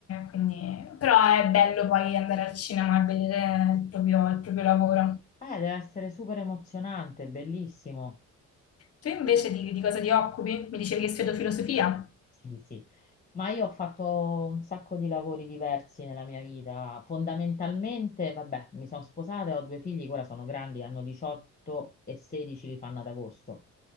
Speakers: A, on the left; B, on the left.
A: quindi- Però è bello poi andare al cinema e vedere il proprio, il proprio lavoro.
B: Eh, deve essere super emozionante, bellissimo.
A: Tu invece di, di cosa ti occupi? Mi dicevi che studio filosofia?
B: Sì, sì. Ma io ho fatto un sacco di lavori diversi nella mia vita. Fondamentalmente, vabbè, mi sono sposata e ho due figli che ora sono grandi, hanno 18 e 16, li fanno ad agosto.